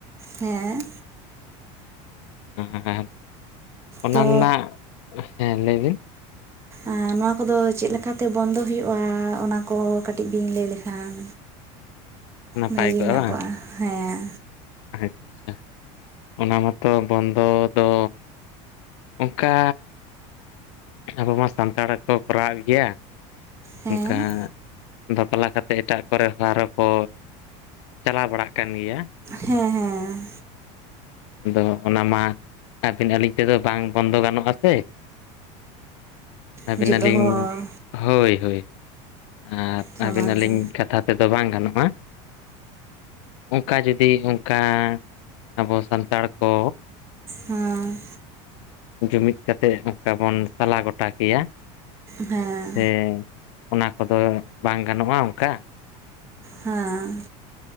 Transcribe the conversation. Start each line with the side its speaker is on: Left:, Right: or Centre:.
Right: ᱦᱮᱸ
Left: <unintelligible> ᱚᱱᱟ
Right: ᱛᱚ
Left: ᱱᱟᱜ ᱦᱮᱸ ᱞᱟᱹᱭᱵᱤᱱ
Right: ᱟᱸ ᱱᱚᱣᱟ ᱠᱚᱫᱚ ᱪᱮᱜ ᱞᱮᱠᱟᱛᱮ ᱵᱚᱱᱫᱚ ᱦᱩᱭᱩᱜᱼᱟ ᱚᱱᱟ ᱠᱚ ᱠᱟᱹᱴᱤᱡ ᱵᱤᱱ ᱞᱟᱹᱭ ᱞᱮᱠᱷᱟᱱ
Left: ᱱᱟᱯᱟᱭ
Right: ᱵᱷᱟᱜᱮ
Left: ᱠᱚᱜᱼᱟ
Right: ᱧᱚᱜ
Left: ᱵᱟᱝ?
Right: ᱦᱮᱸ
Left: ᱟᱪᱪᱷᱟ ᱚᱱᱟ ᱢᱟᱛᱚ ᱵᱚᱱᱫᱚ ᱫᱚ ᱚᱝᱠᱟ ᱟᱵᱚ ᱢᱟ ᱥᱟᱱᱛᱟᱲ ᱦᱚᱸᱠᱚ ᱠᱚᱨᱟᱣᱮᱜ ᱜᱮᱭᱟ᱾
Right: ᱦᱮᱸ
Left: ᱚᱝᱠᱟ ᱵᱟᱯᱞᱟ ᱠᱟᱛᱮᱜ ᱮᱴᱟᱜ ᱠᱚᱨᱮ ᱦᱚᱸ ᱟᱨᱚ ᱠᱚ ᱪᱟᱞᱟᱣ ᱵᱟᱲᱟᱜ ᱠᱟᱱ ᱜᱮᱭᱟ᱾
Right: ᱦᱮᱸ ᱦᱮᱸ
Left: ᱟᱫᱚ ᱚᱱᱟ ᱢᱟ ᱟᱵᱤᱱ ᱟᱹᱞᱤᱧ ᱛᱮᱫᱚ ᱵᱟᱝ ᱵᱚᱱᱫᱚ ᱜᱟᱱᱚᱜᱼᱟ ᱥᱮ᱾ ᱟᱹᱵᱤᱱ
Right: ᱮᱸ ᱡᱚᱛᱚ
Left: ᱟᱹᱞᱤᱧ
Right: ᱦᱚᱲ
Left: ᱦᱳᱭ ᱦᱳᱭ ᱟᱨ
Right: ᱥᱚᱢᱟᱱ
Left: ᱟᱹᱵᱤᱱ ᱟᱹᱞᱤᱧ
Right: ᱛᱮ
Left: ᱠᱟᱛᱷᱟ ᱛᱮᱫᱚ ᱵᱟᱝ ᱜᱟᱱᱚᱜᱼᱟ᱾ ᱚᱝᱠᱟ ᱡᱩᱫᱤ ᱚᱝᱠᱟ ᱟᱵᱚ ᱥᱟᱱᱛᱟᱲ ᱠᱚ
Right: ᱦᱮᱸ
Left: ᱡᱩᱢᱤᱫ ᱠᱟᱛᱮᱜ ᱚᱝᱠᱟ ᱵᱚᱱ ᱥᱟᱞᱟ ᱜᱚᱴᱟ ᱠᱮᱭᱟ
Right: ᱦᱮᱸ
Left: ᱥᱮ ᱚᱱᱟ ᱠᱚᱫᱚ ᱵᱟᱝ ᱜᱟᱱᱚᱜ-ᱟ ᱚᱱᱠᱟ
Right: ᱦᱮᱸ